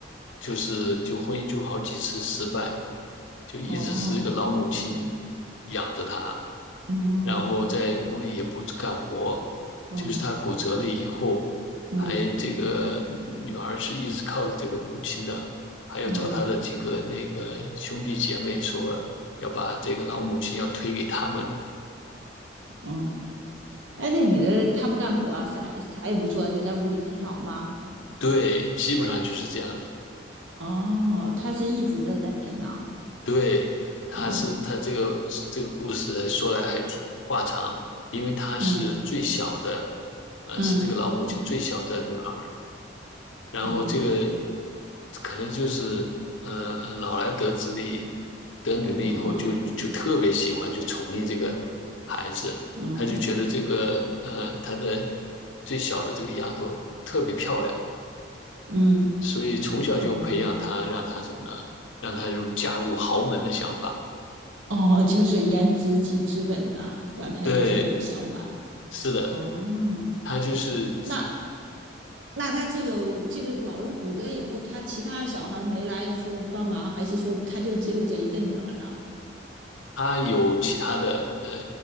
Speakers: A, on the left (about 80°); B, on the right (about 85°).
A: 就是就婚姻就好几次失败。就一直是这个老母亲
B: 哦，
A: 养着他，
B: 嗯，
A: 然后在屋里也不干活，
B: 嗯，
A: 就是他骨折了以后，
B: 嗯，
A: 还这个女儿是一直靠着这个母亲的，还要找他的几个那个兄弟姐妹说要把这个老母亲要推给他们，
B: 哦嗯。哎，这女的她不干活啊，啥啥也不做，就在屋里啃老吗？
A: 对，基本上就是这样的，
B: 哦，她是一直都在啃老。
A: 对。他是他这个这个故事说来还挺话长，
B: 哦，
A: 因为她是最小的，
B: 嗯，
A: 呃，
B: 嗯，
A: 是这个老母亲最小的女儿。然后这个
B: 嗯，
A: 可能就是呃呃老来得子力得女力以后就就特别喜欢就宠溺这个孩子，
B: 哦，嗯，
A: 他就觉得这个呃他的最小的这个丫头特别漂亮，
B: 嗯，
A: 所以从小就培养她，
B: 哦，
A: 让她什么呢？让她入嫁入豪门的想法。
B: 哦，就是颜值即资本呐、让她有这种想法。
A: 对，是的，
B: 哦，
A: 他就是。
B: 那那他这个这个老人骨折以后，他其他小孩没来说帮忙，还是说他就只有这一个女儿呢？
A: 他有其他的呃